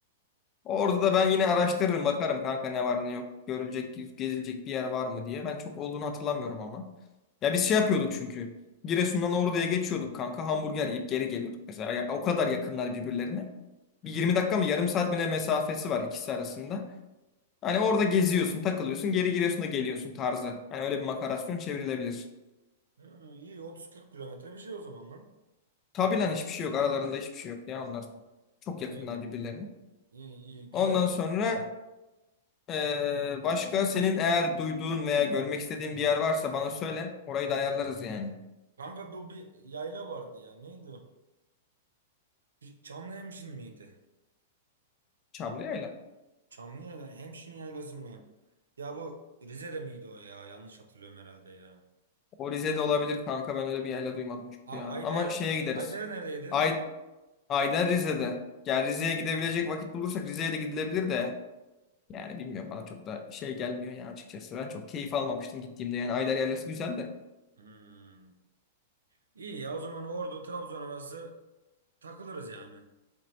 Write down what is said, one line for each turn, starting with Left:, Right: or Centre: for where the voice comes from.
Left: Orada da ben yine araştırırım bakarım kanka ne var ne yok. Görülecek, gezilecek bir yer var mı diye. Ben çok olduğunu hatırlamıyorum ama. Ya biz şey yapıyorduk
Right: Hı.
Left: çünkü. Giresun'dan Ordu'ya geçiyorduk kanka. Hamburger yiyip geri geliyorduk mesela. Ya, o kadar yakınlar birbirlerine.
Right: Hmm.
Left: Bir 20 dakika mı yarım saat mi ne mesafesi var ikisi arasında. Hani orada geziyorsun, takılıyorsun, geri Giresun'da geliyorsun tarzı. Hani öyle bir makarasyon çevrilebilir.
Right: Hı, iyi 30-40 kilometre bir şey o zaman lan.
Left: Tabi lan hiçbir şey yok. Aralarında hiçbir şey yok ya onlar. Çok
Right: İyi,
Left: yakınlar birbirlerine.
Right: iyi, iyi güzel.
Left: Ondan sonra Ee, başka senin eğer duyduğun veya görmek istediğin bir yer varsa bana söyle. Orayı da ayarlarız yani.
Right: Kanka bu bir yayla vardı ya. Neydi? o? Bir- Çamlıhemşin miydi?
Left: Çamlıyayla.
Right: Çamlıca'da Hemşin Yaylası mı? Ya bu Rize'de miydi o ya? Yanlış hatırlıyorum herhalde ya.
Left: O Rize'de olabilir kanka ben öyle bir yerle duymadım çünkü
Right: A-
Left: ya.
Right: Ayder,
Left: Ama şeye gideriz.
Right: Ayder neredeydi?
Left: Ay Ayden Rize'de. Yani Rize'ye gidebilecek
Right: Hmm.
Left: vakit bulursak Rize'ye de gidilebilir de. Yani bilmiyorum bana çok da şey gelmiyor ya açıkçası. Ben çok keyif almamıştım gittiğimde yani Ayder yaylası güzel de.
Right: Hmm. İyi ya o zaman Ordu Trabzon arası takılırız yani.